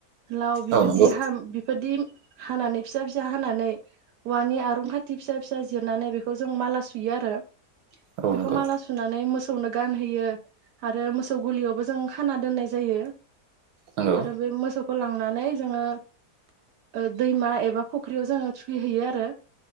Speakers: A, on the right (about 85°); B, on the right (about 70°).
A: लाव बिफोरदि
B: औ नंगौ
A: हा बि बेफोरदि हानानै फिसा फिसा हानानै औवानि आरं खाथि फिसा फिसा जिरनानै बेखौ जों माला सुयो आरो
B: औ
A: बेखौ
B: नंगौ
A: माला सुनानै मोसौनो गानहोयो आरो मोसौ गलियावबो जों खाना दोननाय जायो।
B: नंगौ
A: आरो बे मोसौखौ लांनानै जोङो ओ दैमा एबा फुख्रियाव जोङो थुखि हैैयो आरो।